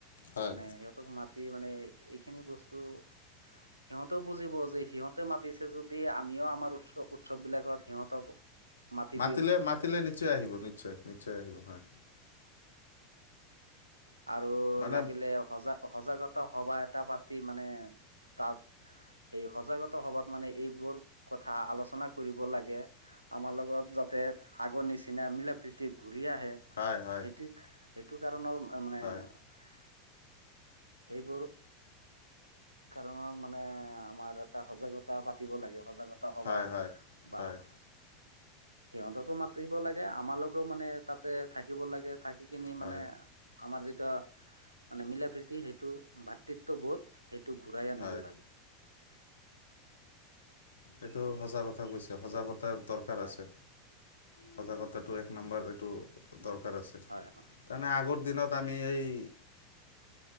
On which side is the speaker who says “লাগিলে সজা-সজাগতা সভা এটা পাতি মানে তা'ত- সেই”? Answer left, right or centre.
Right